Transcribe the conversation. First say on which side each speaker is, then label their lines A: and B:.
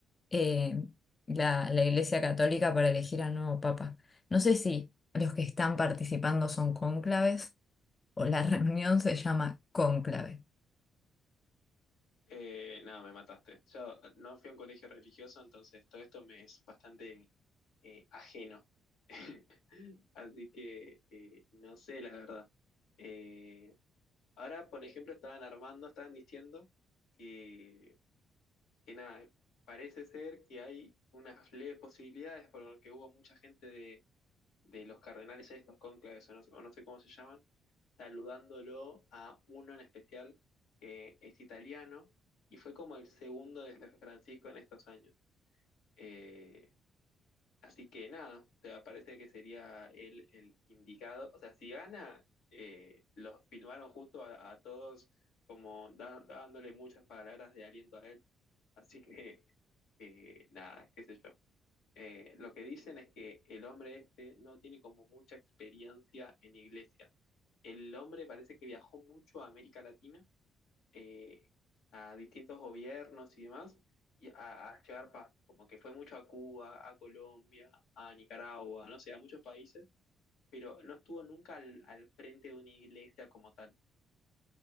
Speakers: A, on the left; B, on the left.
A: eh, la, la Iglesia Católica para elegir al nuevo Papa. No sé si los que están participando son cónclaves o la <laughs> reunión se llama cónclave.
B: Eh, no, me mataste. Yo no fui a un colegio religioso, entonces todo esto me es bastante eh, ajeno. <laughs> Así que eh, no sé, la verdad. Eh, ahora, por ejemplo, estaban armando, estaban diciendo que, que nada, parece ser que hay unas leves posibilidades porque hubo mucha gente de, de los cardenales estos, cónclaves o no, o no sé cómo se llaman saludándolo a uno en especial que es italiano y fue como el segundo de Francisco en estos años. Eh, así que nada, o sea, parece que sería él el indicado. O sea, si gana, eh, los filmaron justo a, a todos como da- dándole muchas palabras de aliento a él. Así que eh, nada, qué sé yo. Eh, lo que dicen es que el hombre este no tiene como mucha experiencia en iglesia. El hombre parece que viajó mucho a América Latina, eh, a distintos gobiernos y demás, y a, a llevar paz, como que fue mucho a Cuba, a Colombia, a Nicaragua, no sé, a muchos países, pero no estuvo nunca al, al frente de una iglesia como tal.